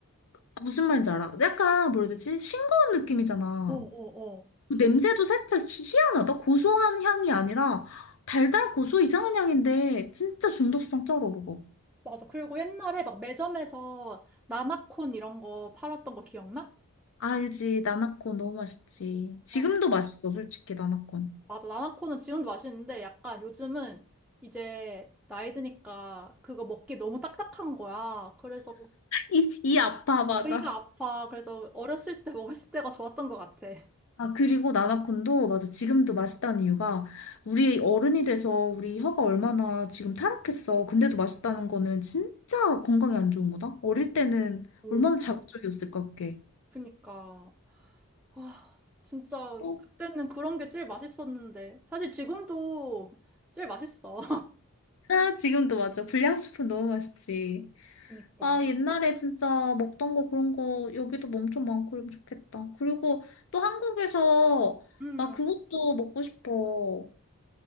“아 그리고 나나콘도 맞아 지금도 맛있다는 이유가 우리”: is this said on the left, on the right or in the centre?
Left